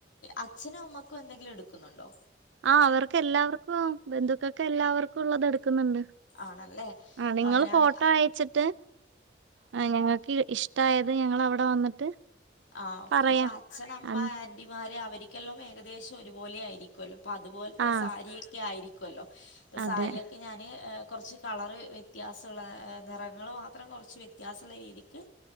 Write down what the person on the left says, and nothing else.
അച്ഛനുമ്മ ക്കും എന്തെങ്കിലും എട്ക്കുന്നുണ്ടോ
ആണല്ലേ
അപ്പം
അങ്ങനെയാണ്
ആ ഓക്കെ
ഇപ്പ അച്ഛൻ, അമ്മ,
ആന്റിമാര് അവര് ഓരിക്കെല്ലാം ഏകദേശം ഒരുപോലെ ആയിരിക്കുല്ലോ അപ്പം അതുപോലത്തെ
സാരിയൊക്കെ ആയിരിക്കും വല്ലോ പ്പോ
സാരിയൊക്കെ ഞാന് കൊറച്ച് കളർ വ്യത്യാസള്ള നിറങ്ങള് മാത്രം കൊറച്ച് വ്യത്യാസള്ള രീതിക്ക്